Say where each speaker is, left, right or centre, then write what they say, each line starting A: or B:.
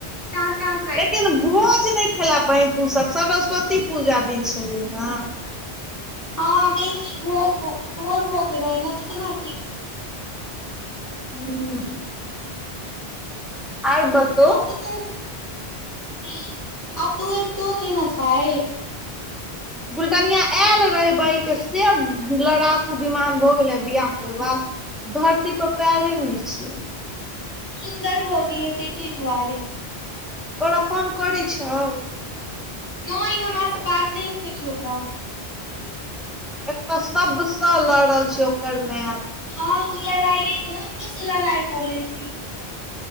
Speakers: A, on the left; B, in the centre.
A: चार चाँद
B: लेकिन भोज नहि
A: गेल
B: खेला पहि तू सब सरस्वती पूजा दिन छलह
A: हँ मैन चीज भोज भ भोर भ गले ने त केना क
B: हूँ आर बतो
A: आब तऽ ठीक अब तो अ तो न न छाे
B: बुलटनिया एल रहबैके से लड़ाकू विमान भ गेले बिियाह के बाद धरती पर पैारे नहि छियै
A: सुन्दर भ गेलै तैं एहि दुआरे
B: ओकरा फोन करै छौ
A: नै ई हमर से बात नहि होइ छै ओकरा
B: एत सबसँ लड़ल छै ओकर मैं
A: हँ ओ लड़ाइए जे हमरो से लड़ाइ कऽ लेलखिन